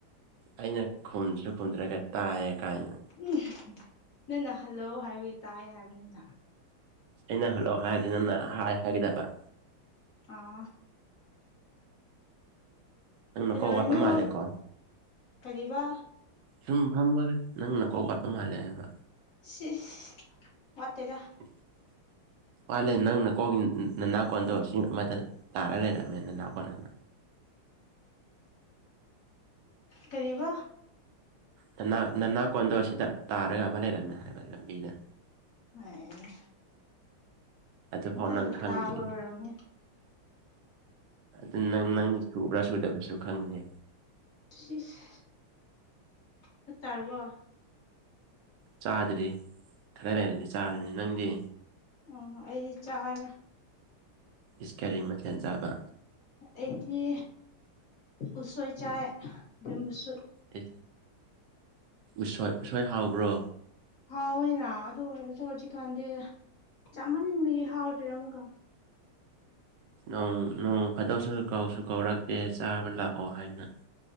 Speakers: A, on the right; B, on the left.
A: ꯑꯩꯅ ꯈꯨꯝꯁꯨ ꯈꯨꯝꯗ꯭ꯔꯒ ꯇꯥꯏꯌꯦ ꯀꯥꯏꯅ
B: ꯎ ꯅꯪ ꯅ ꯍꯜꯂꯧ ꯍꯥꯏꯕꯒꯤ ꯇꯥꯏ ꯍꯥꯏꯕꯅꯤꯅ
A: ꯑꯩꯅ ꯍꯜꯂꯣ ꯍꯥꯏꯗꯤ ꯅꯪꯅ ꯍꯥꯏ ꯍꯥꯏꯒꯗꯕ
B: ꯑꯣ
A: ꯅꯪ ꯅꯀꯣꯛ
B: ꯀꯩꯗꯧꯔꯤꯅꯣ
A: ꯋꯥꯠꯄ ꯃꯥꯜꯂꯦꯀꯣ
B: ꯀꯔꯤꯕ
A: ꯁꯨꯝ ꯐꯝꯕꯒꯥ ꯅꯪ ꯅꯀꯣꯛ ꯋꯥꯠꯄ ꯃꯥꯜꯂꯦ ꯍꯥꯏꯕ
B: ꯁꯤꯁ ꯋꯥꯠꯇꯦꯗ
A: <inaudible> ꯄꯥꯜꯂꯦ ꯅꯪꯅ ꯀꯣꯛ ꯅꯅꯥꯀꯣꯟꯗꯣ ꯁꯤ ꯑꯃꯗ ꯇꯔꯥ ꯂꯩꯔꯝꯃꯦ ꯅꯅꯥꯀꯣꯟ ꯑꯃ
B: ꯀꯔꯤꯕ
A: ꯅꯅꯥ ꯅꯅꯥ ꯀꯣꯟꯗꯣ ꯁꯤꯗ ꯇꯥꯔꯒ ꯑꯃ ꯂꯩꯔꯝꯃꯦ ꯍꯥꯏꯕ ꯂꯝꯕꯤꯗ
B: ꯑꯣꯏ
A: ꯑꯗꯨꯐꯥꯎ
B: ꯃꯊꯟꯇ
A: ꯅꯪ ꯈꯪꯗ꯭ꯔꯤ
B: ꯇꯥꯕ ꯑꯣꯏꯔꯝꯅꯤ
A: ꯑꯗꯨ ꯅꯪ ꯅꯪꯒꯤ ꯁꯨꯕ꯭ꯔꯥ ꯁꯨꯗꯕ꯭ꯔꯥꯁꯨ ꯈꯪꯗꯦ
B: ꯁꯤꯁ ꯆꯥꯛ ꯆꯥꯔꯕꯣ
A: ꯆꯥꯗ꯭ꯔꯤ ꯈꯔ ꯂꯩꯔꯗꯤ ꯆꯥꯔꯅꯤ ꯅꯪꯗꯤ
B: ꯑꯣ ꯑꯩꯗꯤ ꯆꯥꯔꯦ
A: ꯏꯁ ꯀꯔꯤ ꯃꯊꯦꯜ ꯆꯥꯕ
B: ꯑꯩꯒꯤ ꯎꯁꯣꯏ ꯆꯥꯏ ꯕꯦꯝꯕꯨꯁꯨꯠ
A: ꯑꯦ ꯎꯁꯣꯏ ꯎꯁꯣꯏ ꯍꯥꯎꯕ꯭ꯔꯣ
B: ꯍꯥꯎꯏꯅ ꯑꯗꯨ ꯑꯣꯏꯔꯁꯨ ꯆꯤꯛꯀꯟꯗꯤ ꯆꯥꯃꯟ ꯃꯟꯕꯒꯤ ꯍꯥꯎꯇ꯭ꯔꯦ ꯑꯃꯨꯛꯀ
A: ꯅ‌ꯣꯡ ꯅꯣꯡ ꯐꯥꯗ‌ꯣꯛꯁꯨ ꯀꯧꯁꯨ ꯀꯧꯔꯛꯇꯦ ꯆꯥꯕ ꯂꯥꯛꯑꯣ ꯍꯥꯏꯅ